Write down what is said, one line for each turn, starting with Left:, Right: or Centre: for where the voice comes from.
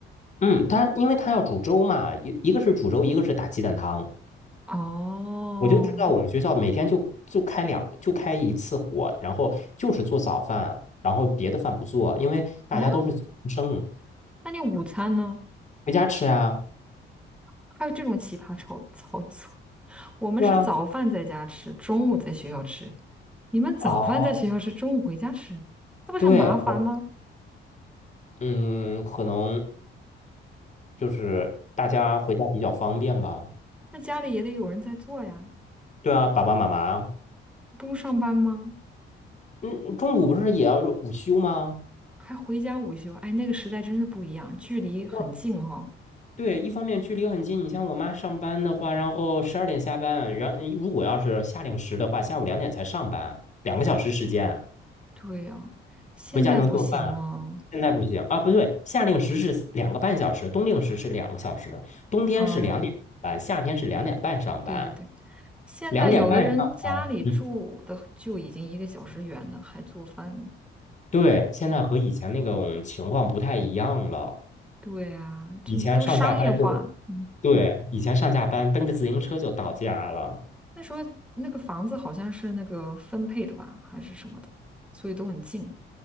Left: 嗯，他因为他要煮粥嘛，一一个是煮粥，一个是打鸡蛋汤。
Centre: 哦，
Left: 我就知道我们学校每天就就开两就开一次火，然后就是做早饭，然后别的饭不做，因为大家都是生
Centre: 嗯，那你午餐呢？
Left: 回家吃啊。
Centre: 还有这种奇葩操操作？我们是早饭在家吃，
Left: 对啊，
Centre: 中午在学校吃。你们早饭在学校吃，
Left: 哦，
Centre: 中午回家吃，那不是很麻烦吗？
Left: 对，我，嗯，可能就是大家回家比较方便吧。
Centre: 那家里也得有人在做呀，
Left: 对啊，爸爸妈妈
Centre: 不用上班吗？
Left: 嗯，中午不是也要午休吗？
Centre: 还回家午休，哎，那个时代真是不一样，距离很近哈。
Left: 我对，一方面距离很近，你像我妈上班的话，然后十二点下班，然如果要是夏令时的话，下午两点才上班，两个小时时间，
Centre: 对呀，现在不行了
Left: 回家能做饭。现在不行啊，不对，夏令时是两个半小时，冬令时是两个小时，冬天是两点上班，
Centre: 啊，
Left: 夏天是两点半上班，
Centre: 对对对，现在有的人家里住的就已经一个小时远了，
Left: 两点半上班。嗯
Centre: 还做饭呢
Left: 对，现在和以前那种情况不太一样了，
Centre: 对呀，这都商业化，
Left: 以前上下班就。
Centre: 嗯。
Left: 对，以前上下班蹬个自行车就到家了。
Centre: 那时候那个房子好像是那个分配的吧，还是什么的，所以都很近。